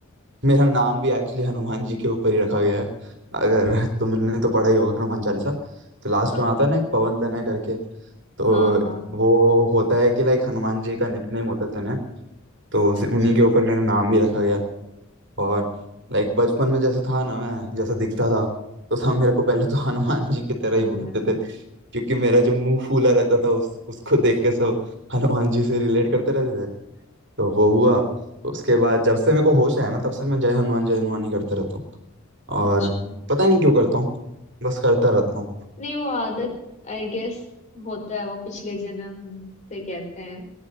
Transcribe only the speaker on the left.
हाँ
हाँ
हाँ हाँ
अच्छा
हनुमान
अच्छा
नहीं वो आदत आई गेस होता है वो पिछले जन्म से कहते हैं